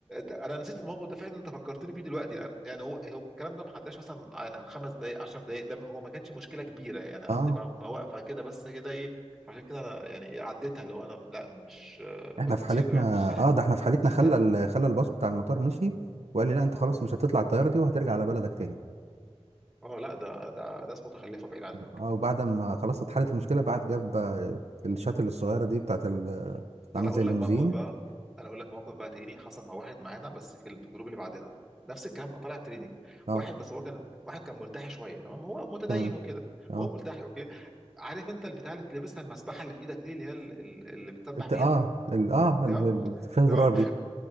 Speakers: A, in the centre; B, on the right.
A: انا نسيت الموقف ده فعلا انت فكرتني بيه دلوقتي لان يعني هو هو الكلام ده ما عداش مثلا يعني خمس دقائق 10 دقائق ده هو ما كانش مشكله كبيره يعني قد
B: اه
A: ما ما واقفه كده بس كده ايه عشان كده انا يعني ايه عديتها اللي هو انا لا مش آه،
B: احنا
A: كنت
B: في
A: نسيته
B: حالتنا
A: يعني
B: اه ده احنا في حالتنا
A: بس
B: خلى
A: انت
B: ال... خلى الباص بتاع المطار مشي وقال لي لا انت خلاص
A: اه
B: مش هتطلع الطياره دي وهترجع على بلدك تاني
A: اه لا ده ده ناس متخلفه بعيد عنك
B: اه وبعد ما خلاص اتحلت المشكله بعد جاب آه، الشاتل الصغيره دي بتاعت ال- آه،
A: ده
B: عامله
A: انا اقول
B: زي الليموزين
A: لك موقف بقى انا اقول لك موقف بقى تاني حصل مع واحد معانا بس في ال- في الجروب اللي بعدنا نفس الكلام كان طالع تريننج
B: اه
A: واحد بس هو كان واحد كان ملتحي شويه تمام هو متدين
B: تمام
A: وكده
B: اه
A: هو ملتحي اوكي عارف انت البتاع اللي بتلبسها المسبحه اللي في ايدك دي اللي هي ال- ال- اللي بتسبح
B: الت-
A: بيها
B: اه ال- اه
A: تمام
B: ال- ال- فيها
A: تمام
B: زرار دي